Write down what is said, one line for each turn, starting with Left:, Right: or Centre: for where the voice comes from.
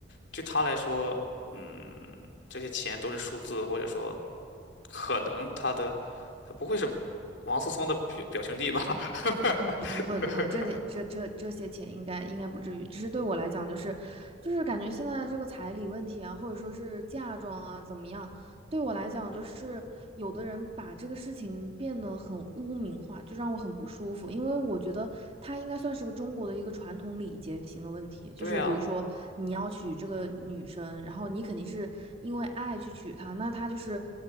Left: 对他来说，嗯，这些钱都是数字，或者说可能他的他不会是王思聪的表表兄弟吧？
Right: 嗯，
Left: <laughs>
Right: 不会不会，这点这这这些钱应该应该不至于，只是对我来讲，就是就是感觉现在这个彩礼问题啊，或者说是嫁妆啊怎么样，对我来讲，就是有的人把这个事情变得很污名化，就让我很不舒服，因为我觉得它应该算是个中国的一个传统礼节型的问题，就是比如说你要娶这个女生，
Left: 对呀，
Right: 然后你肯定是因为爱去娶她，那她就是。